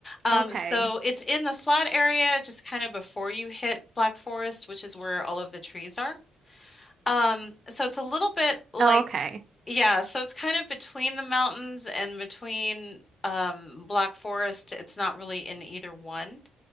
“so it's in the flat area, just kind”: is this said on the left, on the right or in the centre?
Left